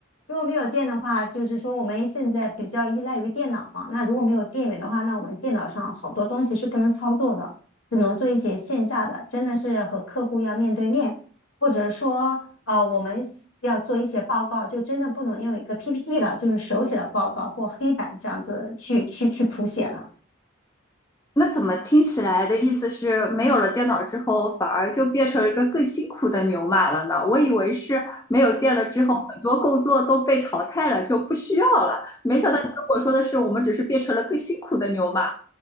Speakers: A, on the left; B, on the left.
A: 如果没有电的话，就是说我们现在比较依赖于电脑嘛。那如果没有电源的话，那我们电脑上好多东西是不能操作的，只能做一些线下的，真的是和客户要面对面，或者说呃，我们要做一些报告，就真的不能用一个 PPT 了，就是手写的报告或黑板这样子去去去谱写了。
B: 那怎么听起来的意思是，没有了电脑之后，反而就变成了一个更辛苦的牛马了呢？我以为是没有电了之后，很多工作都被淘汰了，就不需要了。没想到你跟我说的是，我们只是变成了更辛苦的牛马。